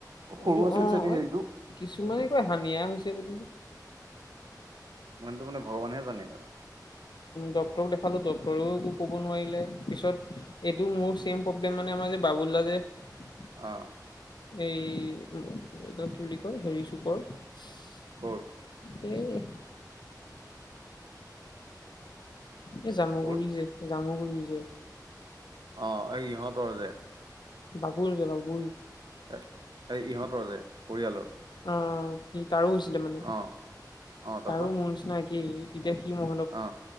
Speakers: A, on the right (about 80°); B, on the left (about 85°).
A: সৰু
B: এইটো,
A: আছিল
B: অ'।
A: চাগে হেৰিটো
B: কিছুমানে কয়, হানিয়া হৈছে বুলি।
A: মানতো মানে ভগৱানেহে জানে আৰু?
B: ডক্টৰক দেখালো, ডক্টৰেও একো কব নোৱাৰিলে। পিছত, এইটো মোৰ ছেম প্ৰব্লেম মানে আমাৰ যে বাবু <unintelligible>
A: অহ।
B: এই, এইটো কি বুলি কয় হেৰি চুকৰ <unintelligible>
A: কৰ
B: এই জামুগুৰি
A: কৰ
B: যে? জামুগুৰি যে?
A: অ', এই ইহঁতৰ যে?
B: বাবুল যে, বাবুল?
A: এই ইহঁতৰ যে, পৰিয়ালৰ
B: অ', সি তাৰো হৈছিলে মানে,
A: অ অ তাৰপা
B: তাৰো মোৰ নিচিনা কি তেতিয়া
A: অ